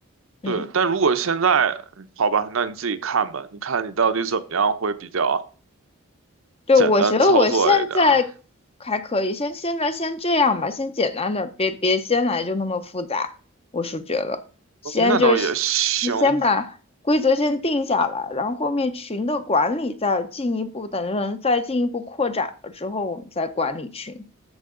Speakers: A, on the left; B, on the right.
A: 嗯，
B: 对，但如果现在，嗯好吧，那你自己看吧，你看你到底怎么样会比较
A: 对，
B: 简单操作一点儿。
A: 我觉得我现在还可以，先现在先这样吧，先简单点儿，别别先来就那么复杂。我是觉得，先就是
B: 嗯那倒也行，
A: 先把规则先定下来，然后后面群的管理再进一步，等人再进一步扩展了之后，我们再管理群。